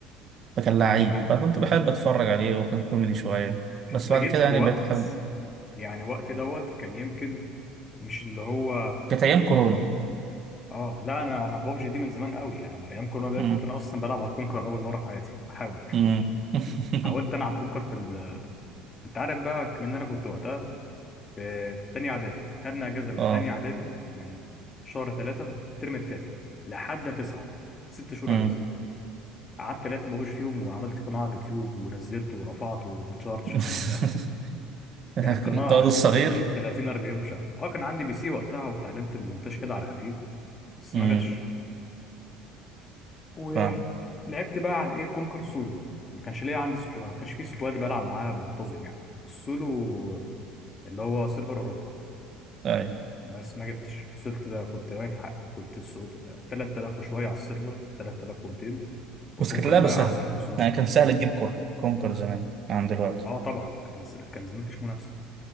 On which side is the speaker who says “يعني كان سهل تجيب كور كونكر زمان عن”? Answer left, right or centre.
Right